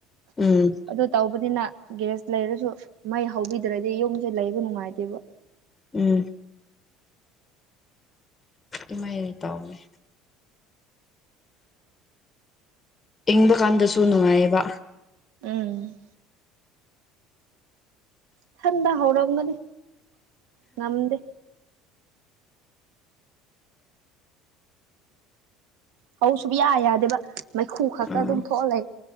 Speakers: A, on the left; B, on the right.
A: ꯎꯝ
B: ꯑꯗꯨ ꯇꯧꯕꯅꯤꯅ ꯒ꯭ꯌꯥꯁ ꯂꯩꯔꯁꯨ ꯃꯩ ꯍꯧꯕꯤꯗ꯭ꯔꯗꯤ ꯌꯨꯝꯁꯦ ꯂꯩꯕ ꯅꯨꯡꯉꯥꯏꯇꯦꯕ
A: ꯎꯝ ꯏꯃꯥꯏꯗꯤ ꯇꯥꯎꯅꯤ ꯏꯪꯕ ꯀꯥꯟꯗꯁꯨ ꯅꯨꯡꯉꯥꯏꯌꯦꯕ
B: ꯎꯝ ꯊꯟꯗ ꯍꯧꯔꯝꯒꯅꯤ ꯉꯝꯗꯦ ꯍꯧꯁꯨꯕ ꯌꯥ ꯌꯥꯗꯦꯕ ꯃꯩꯈꯨ ꯈꯛꯇ
A: ꯎꯝ
B: ꯑꯗꯨꯝ ꯊꯣꯛꯍꯂꯦ